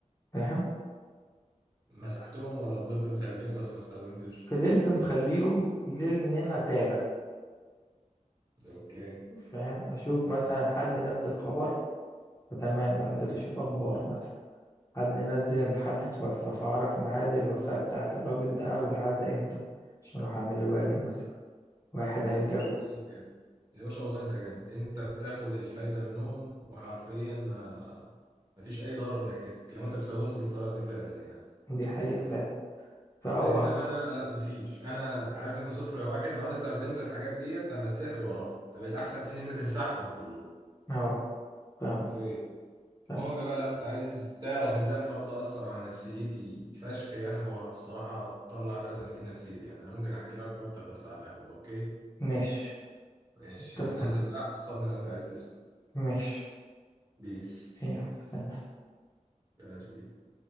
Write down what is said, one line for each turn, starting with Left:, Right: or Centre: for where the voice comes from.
Left: فاهم؟
Right: مسحتهم ولا فضلت مخليهم بس ما استخدمتش
Left: فضلت مخليهم لأن أنا أتابع
Right: اوكي
Left: فاهم؟ أشوف مثلا حد نزل خبر فتمام أنزل أشوف أخبار مثلا حد نزل حد توفى فأعرف ميعاد الوفاة بتاعة الراجل ده والعزاء إمتى عشان أروح أعمل الواجب مثلا واحد هيتجوز
Right: يا باشا والله انت جامد يا باشا والله انت جامد انت بتاخد الفايده منهم وحرفيا ما ما فيش اي ضرر ناحيتك لو انت بتستخدمهم بالطريقه دي فعلا يعني
Left: دي حقيقة فاهم فهو
Right: لا انما انا لا ما فيش انا عارف انت صفر يا واحد لو انا استخدمت الحاجات ديت انا هتسحل وراها طب الاحسن ان انت تمسحهم كلهم
Left: اه فاهم
Right: حرفيا
Left: فاهم
Right: المهم بقى لو انت عايز تعرف ازاي الحوار ده اثر على نفسيتي فشخ يعني هو الصراحه طلع 300 نفسيتي يعني انا ممكن احكي لك اكتر بس على القهوه اوكي
Left: مش
Right: ماشي
Left: اتفق
Right: انا نازل بقى حصلني لو انت عايز تسمع
Left: مش
Right: بيس
Left: يلا سلام
Right: لا لا مش دي